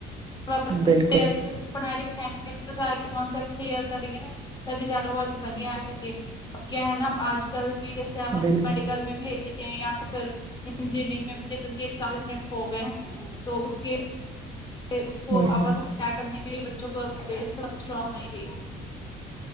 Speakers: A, on the left (about 25°); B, on the right (about 25°).
A: اچھے
B: بالکل
A: سے پڑھ ل سارے کٹ کلیئر کریں گے <unintelligible> تبھی جا رہا وہ تو بن آ جکے اب کیا ہے نا ا آج کل بھی جیسے آپ
B: بال
A: میں بھیجی یا پھر انجینئرنگ میں بھی ج ان کےز ہو گئے <unintelligible> تو اس کے اس کو
B: ہ
A: <unintelligible> ط کرنے کےلئے بچوں کو بیس تو اسٹرانگ ہونا ہی چاہیے